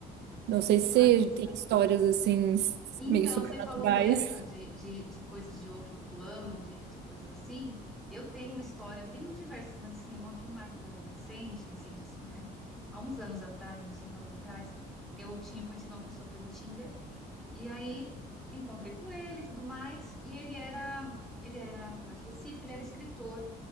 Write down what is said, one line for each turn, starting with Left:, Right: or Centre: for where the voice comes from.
Right: Não sei se
Centre: Ah, Isa.
Right: você tem histórias, assim, s-
Centre: Então,
Right: meio sobrenaturais.
Centre: você falou dessa, de, de, de coisas de outro plano, de, de coisas assim. Eu tenho uma história, tenho diversas, mas assim, uma que me marcou recente, recente assim, né? Há uns anos atrás, uns cinco anos atrás, eu tinha conhecido uma pessoa pelo Tinder. E aí me encontrei com ele e tudo mais, e ele era, ele era lá de Recife, ele era escritor,